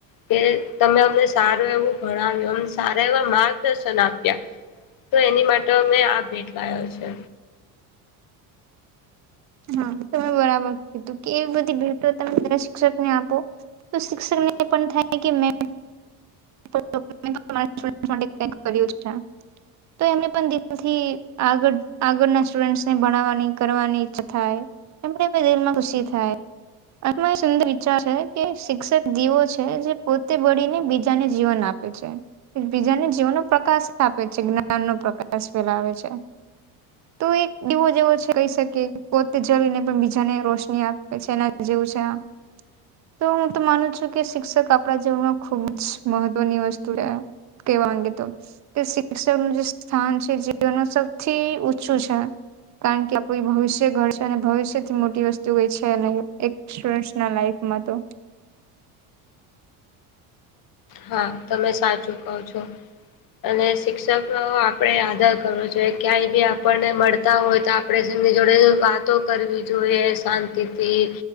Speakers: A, on the left; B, on the right.
A: કે તમે અમને સારું એવું ભણાવ્યું અમ સારા એવા માર્ગદર્શન આપ્યા તો એની માટે અમે આ ભેટ લ્યો છે
B: હા તમે બરાબર કીધું કે એવી બધી ભેટો તમેરા શિક્ષકને આપો તો શિક્ષકને એ પણ થાય કે મે માટે તો એમને પણ દિલથી આગળ આગળના સ્ટુડન્ટસને ભણવાની કરવાની ઈચછા થાય એમને દિલ માં ખુશી થાય આમાં સુંદર વિચાર છે કે શિક્ષક દીવો છે જે પોતે બળીને બીજ બજાને જીવન આપે છે બીજાને જીવનો પ્રકાશ આપે છે જ્ઞાન નો પ્રકાશ ફેલાવે છે
A: હ
B: તો એક દિવો જેવો છે કહી શકીએ પોતે જળને પણ બીજાને રોશની આપે છે એના જેવું છે આ
A: હ
B: તો હું તો માનું છું કે શિક્ષક આપણા જીવનમાં ખુબ જ મહત્વની વસ્તુ રહ કેવાગે તો કે શિક્ષણનુંું જે સ્થાન છે જીવન સૌથી છું છે કારણ કે આપું ભવિષ્ય ઘડ છે અને ભવિષ્યથી મોટી વસ્તુ કઈ છે ન એક સ્ટુડ ના લાઈફમાં તો
A: હા તમે સાચું કો છો અને શિક્ષકો આપડણે આદર કરવો જોઈએ ક્યાંય બી આપણને મળતા હોય તો આપસંગ જોડે વાતો કરવી જોઈએ શાંતિથી